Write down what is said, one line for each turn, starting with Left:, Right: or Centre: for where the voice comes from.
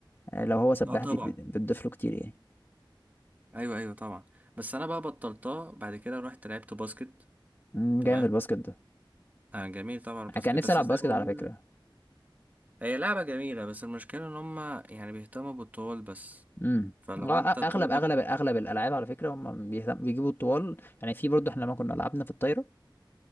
Left: آه، لو هو سباح
Right: اه طبعا
Left: دي بت- بتضيف له كتير يعني
Right: ايوه ايوه طبعا بس انا بقى بطلتها بعد كده رحت لعبت باسكت
Left: مم،
Right: تمام
Left: جامد الباسكت ده
Right: آه جميل طبعا الباسكت
Left: أنا كان نفسي
Right: بس
Left: ألعب
Right: زي
Left: باسكت
Right: ما بقول
Left: على فكرة
Right: هي لعبة جميلة بس المشكلة ان هما يعني بيهتموا بالطول بس
Left: امم
Right: فلو انت طولك
Left: أغلب أغلب أغلب الألعاب على فكرة هم بيهتم- بيجيبوا الطوال يعني في برضه إحنا لما كنا لعبنا في الطايرة